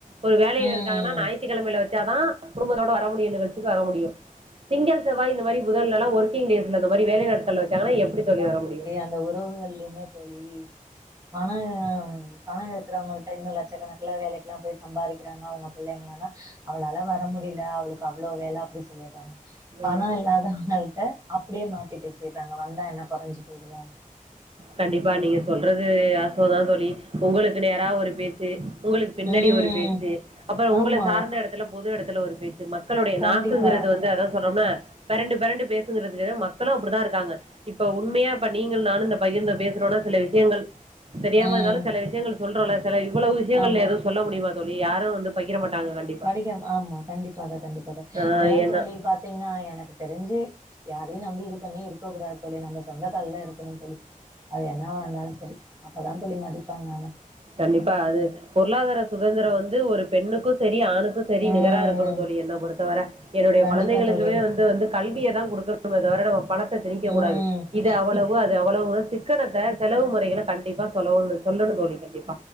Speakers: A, on the right; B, on the right.
A: ஒரு வேலையில
B: ம்.
A: இருக்காங்கன்னா ஞாயித்துக்கிழமையில வ ச்சாதா குடும்பத்தோடு வர முடியு நிகழ்ச்சிக்கு வர முடியு திங்கள் செவ்வாய் இந்த மாரி முதல்லல்லா ஒரு ஒர்க்கிங் டேஸ்ல இந்த மாரி வேலைநாட்கள்ல வச்சாங்கனா எப்டி தோழி ‌வர‌ முடியு
B: இந்த உறவுகள்லியுமே தோழி பண பண இருக்கிறவுங்கள்ட்ட இன்னு லட்சக்கணக்கல வேலைக்கெல்லா போய் சம்பாரிக்கிறாங்க அவுங்க புள்ளைங்களளா அவளால வர முடில அவளுக்கு அவ்ளோ வேல அப்டி சொல்லிர்றாங்க பணோ
A: ம்.
B: இல்லாதவுங்கள்ட்ட அப்டியே மாத்தி செய்றாங்க வந்தா என்ன கொறைஞ்சி போயிடுவோ
A: கண்டிப்பா நீங்க சொல்றது வாஸ்தவ தா தோழி உங்களுக்கு நேரா ஒரு பேச் சு உங்களுக்கு பின்னாடி
B: ம்
A: ஒரு பேச்சு அப்பற உங்கள‌
B: ஆமா
A: சாந்த எடத்துல பொது எடத்துல ஒரு பேச்சு மக்களுடைய
B: கண்டிப்பா
A: நாக்குங்கிறது வந்து அதா சொல்றம்னா பெரண்டு பெரண்டு பேசுங்கிறதுக்கு மக்களும் அப்டிதா இருக்காங்க இப்ப உண்மையா இப்ப நீங்களு நானும் இந்த பையன்ட‌ பேசுறோன சில விஷயங்கள் தெரியாம
B: ம்
A: இருந்தாலு சில விஷயங்கள் சொல்றல சில இவ்ளோ விஷயங்கள்
B: ஆமா
A: எதும் சொல்ல முடியுமா தோழி யாரு வந்து பகிர மாட்டாங்க கண்டிப்
B: படிக்கிறோ ஆமா கண்டிப்பாக கண்டிப்பாக
A: ஆ
B: இப்பல்லா
A: ஏன்னா
B: தோழி பாத்தீங்கன்னா எனக்கு தெரிஞ்சு யாரையு நம்பி இது பண்ணி இருக்க கூடாது தோழி நம்ம சொந்த கால்ல இருக்கணும் தோழி அது என்னாவா இருந்தாலு சரி அப்ப தா தோழி மதிப்பாங்க ஆனா
A: கண்டிப்பா அது பொருளாதார சுதந்திர வந்து ஒரு பெண்ணுக்கும் சரி ஆணுக்கும் செரி
B: ம்
A: நிகர இருக்கனும் தோழி என்ன பொறுத்தவர என்னுடைய
B: கண்டிப்பா
A: குழந்தைகளுக்கு
B: தோழி
A: வந்து வந்து கல்விய தா கொடுக்கனுமே தவிர பணத்த திணிக்க
B: ம்
A: கூடாது இது அவ்வளவு
B: இப்
A: அது அவ்வளவு சிக்கனத்த செலவு முறைகளை கண்டிப்பா சொல்ல சொல்லணும் தோழி கண்டிப்பா